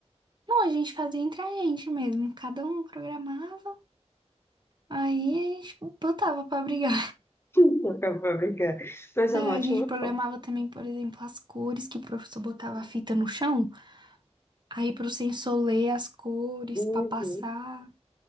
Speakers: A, on the right (about 40°); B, on the left (about 20°).
A: Não, a gente fazia entre a gente mesmo, cada um programava, aí a gente botava pra brigar.
B: <laughs> Não, eu vou brincar. Mas é
A: É,
B: um ótimo
A: a gente programava
B: foco.
A: também, por exemplo, as cores que o professor botava a fita no chão. Aí pro sensor ler as cores
B: Uhum.
A: pra passar.